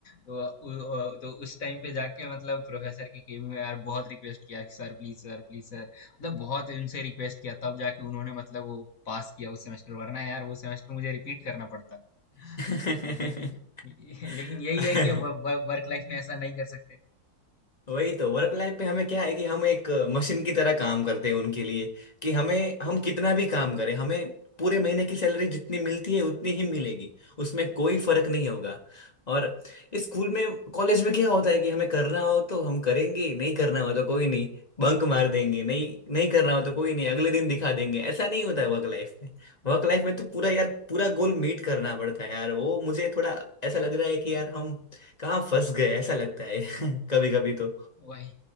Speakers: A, on the left; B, on the left.
A: तो उ, अ, तो उस टाइम पे जाके मतलब प्रोफेसर की केबिन में यार बहुत रिक्वेस्ट किया कि sir please sir please sir मतलब बहुत उनसे रिक्वेस्ट किया तब जाके उन्होंने मतलब वो पास किया उस सेमेस्टर वरना यार वो सेमेस्टर मुझे रिपीट करना पड़ता
B: <laughs>
A: अब लेकिन लेकिन यही
B: है
A: है कि अब
B: <laughs>
A: वर्क लाइफ में ऐसा नहीं कर सकते
B: वही तो वर्क लाइफ पे हमें क्या है कि हम एक मशीन की तरह काम करते हैं उनके लिए कि हमें हम कितना भी काम करें हमें पूरे महीने की सैलरी जितनी मिलती है उतनी ही मिलेगी उसमें कोई फर्क नहीं होगा और स्कूल में कॉलेज में क्या होता है कि हमें करना हो तो हम करेंगे नहीं करना हो तो कोई नहीं बंक मार देंगे नहीं नहीं करना हो तो कोई नहीं अगले दिन दिखा देंगे ऐसा नहीं होता है वर्क लाइफ में वर्क लाइफ में तो पूरा यार पूरा गोल मीट करना पड़ता है यार वो मुझे थोड़ा ऐसा लग रहा है कि यार हम कहाँ फंस गए ऐसा लगता है <laughs> कभी कभी तो
A: वही